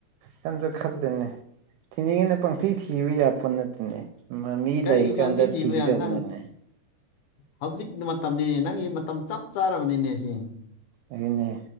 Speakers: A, on the right; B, on the left.
A: ꯈꯟꯁꯨ ꯈꯗꯦꯅꯦ ꯊꯤꯅꯤꯡꯉꯦꯅ ꯄꯪꯊꯤ ꯊꯤꯕ ꯌꯥꯄꯣꯠ ꯅꯠꯇꯦꯅꯦ ꯃꯃꯤ
B: ꯀꯔꯤ
A: ꯂꯩ
B: ꯀꯥꯡꯊꯤ
A: ꯀꯥꯟꯗ
B: ꯊꯤꯕ
A: ꯊꯤꯗꯧꯕꯅꯦꯅꯦ
B: ꯌꯥ ꯅꯪ ꯍꯧꯖꯤꯛ ꯃꯇꯝꯅꯤꯅꯦ ꯅꯪꯒꯤ ꯃꯇꯝ ꯆꯞ ꯆꯥꯔꯕꯅꯤꯅꯦ ꯁꯤ
A: ꯑꯗꯨꯅꯦ